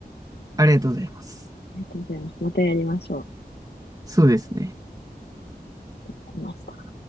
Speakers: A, on the right (about 20°); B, on the left (about 75°).
A: ありがとうございます。
B: りがとうございます。またやりましょう。
A: そうですね。
B: ありました。